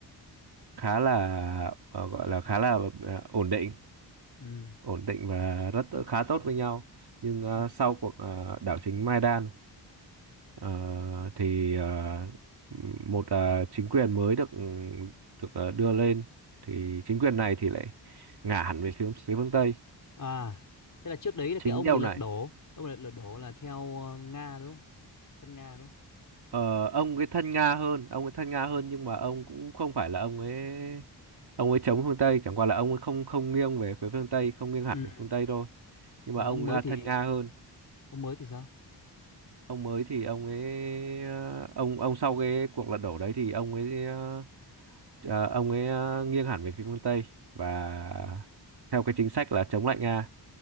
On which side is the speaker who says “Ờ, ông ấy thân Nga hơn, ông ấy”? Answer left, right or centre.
Right